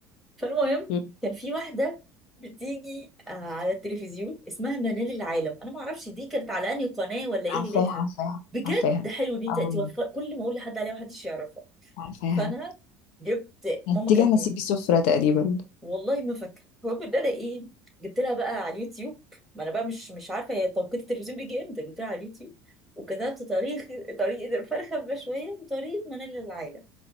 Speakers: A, in the centre; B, on the left.
A: فالمهم
B: مم.
A: كان في واحده بتيجي آه، على التلفزيون اسمها منال العالم انا ما اعرفش دي كانت على انهي قناه ولا
B: عارفاها
A: ايه ليلتها
B: عارفاها
A: بجد
B: عارفاها
A: حلو ان انت
B: اه
A: توفر
B: والله
A: كل ما اقول لحد عليها محدش يعرفها
B: عارفاها
A: فانا جبت ماما
B: هتيجي
A: كانت
B: على سيبي سفرة تقريبا
A: والله ما فاكره المهم ان انا ايه جبت لها بقى على اليوتيوب ما انا بقى مش مش عارفه هي توقيت التلفزيون بيجي امتى جبت لها على اليوتيوب وكتبت طريق طريقه الفرخه المشويه بطريقه منال العايله